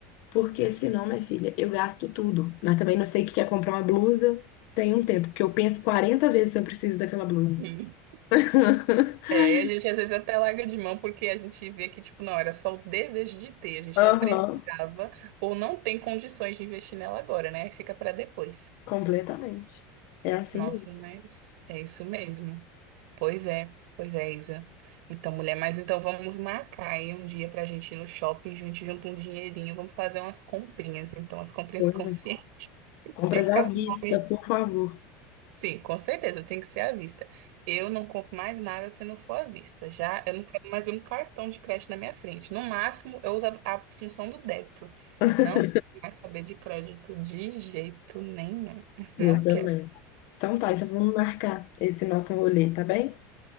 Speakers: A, on the left (about 50°); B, on the right (about 65°).
A: Porque senão, minha filha, eu gasto tudo. Mas também não sei o que quer comprar uma blusa. Tem um tempo, porque eu penso 40 vezes se eu preciso daquela blusa.
B: Uhum.
A: <laughs>
B: É, e a gente às vezes até larga de mão porque a gente vê que, tipo, não, era só o desejo de ter, a gente
A: Aham,
B: não precisava ou não tem condições de investir nela agora, né? Fica pra depois.
A: completamente. É assim
B: Nossa, mas é isso mesmo. Pois é, pois é, Isa. Então, mulher, mas então vamos marcar aí um dia pra gente ir no shopping, a gente junta um dinheirinho, vamos fazer umas comprinhas, então, as comprinhas
A: mesmo.
B: conscientes, <laughs>
A: Compras
B: sem ficar
A: à vista,
B: com nome
A: por favor.
B: Sim, com certeza, tem que ser à vista. Eu não compro mais nada se não for à vista. Já eu não quero mais um cartão de crédito na minha frente. No máximo, eu uso a, a função do débito.
A: <laughs>
B: Não quero mais saber de crédito de jeito nenhum. <laughs> Não
A: Eu também.
B: quero.
A: Então tá, então vamos marcar esse nosso rolê, tá bem?